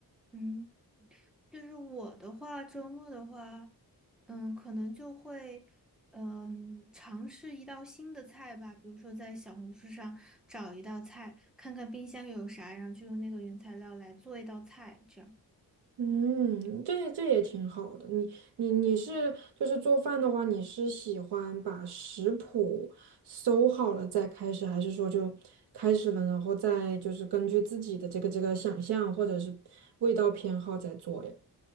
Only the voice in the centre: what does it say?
嗯。就是我的话，周末的话，嗯，可能就会，嗯，尝试一道新的菜吧，比如说在小红书上找一道菜，看看冰箱有啥，然后就用那个原材料来做一道菜，这样。